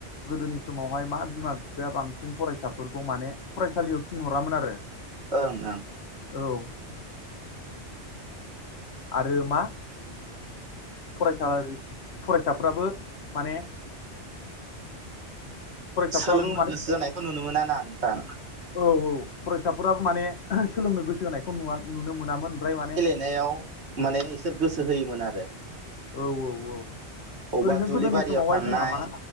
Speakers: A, on the left; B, on the right.
A: गोदोनि समावहाय मा बिमा बिफाया बांसिन फरायसाफोरखौ माने फरायसालियाव थिनहरामोन आरो।
B: ओं ओं
A: औ आरो मा फरायसा फरायसाफ्राबो माने फरायसाफ्राबो
B: सोलोंनो
A: माने
B: गोसो जानायखौ नुनो मोना ना नोंथां
A: औ औ फरायसाफोराबो माने सोलोंनो गोसो होनायखौ नुवा नुनो मोनामोन ओमफ्राय माने
B: नायाव माने बिसोर गोसो होयोमोन आरो।
A: औ औ औ
B: अबेबा
A: ओरैनो
B: दुब्लि
A: गोदोनि
B: बारियाव
A: समावहाय
B: थांनाय
A: जोंहा मा